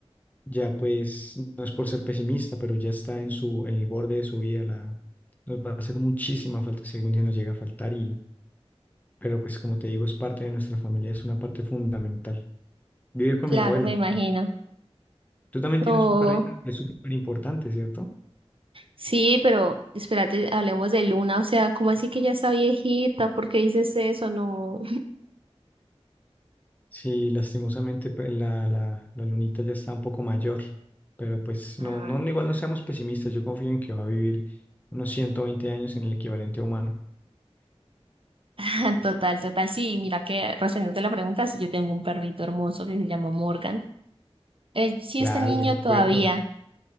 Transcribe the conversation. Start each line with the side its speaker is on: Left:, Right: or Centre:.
Left: ya pues, no es por ser pesimista, pero ya está en su, en el borde de su vida, la, nos va a hacer muchísima falta si algún día nos llega a faltar y, pero pues como te digo, es parte de nuestra familia, es una parte fundamental. Vive con
Right: Claro,
Left: mi abuela.
Right: me imagino.
Left: Tú también tienes
Right: No.
Left: un perrito que es súper importante, ¿cierto?
Right: Sí, pero espérate, hablemos de Luna, o sea, ¿cómo así que ya está viejita? ¿Por qué dices eso? No.
Left: Sí, lastimosamente pe- la, la, la lunita ya está un poco mayor, pero pues
Right: Ah,
Left: no, no, igual no seamos pesimistas, yo confío en que va a vivir unos 120 años en el equivalente humano.
Right: <laughs> Total, total, sí, mira que respondiendo la pregunta, sí, yo tengo un perrito hermoso que se llama Morgan. Eh, sí,
Left: Claro,
Right: está niño
Left: yo me acuerdo.
Right: todavía,